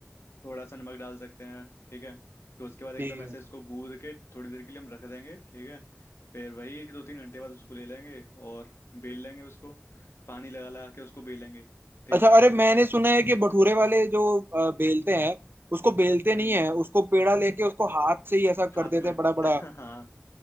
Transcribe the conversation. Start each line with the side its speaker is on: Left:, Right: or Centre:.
Left: थोड़ा सा नमक डाल सकते हैं ठीक है तो उसके बाद एकदम
Right: ठीक है
Left: ऐसे इसको गूंद के थोड़ी देर के लिए हम रख देंगे ठीक है फिर वही दो तीन घंटे बाद उसको ले लेंगे और बेल लेंगे उसको पानी लगा लगा के उसको बेलेंगे तेल
Right: अच्छा
Left: लगा
Right: अरे मैंने
Left: के
Right: सुना है कि भटूरे वाले जो अ, बेलते हैं उसको बेलते नहीं
Left: हम्म
Right: है उसको पेड़ा लेके उसको हाथ से ही ऐसा कर
Left: हाथ
Right: देते
Left: में
Right: हैं बड़ा बड़ा
Left: <laughs> हाँ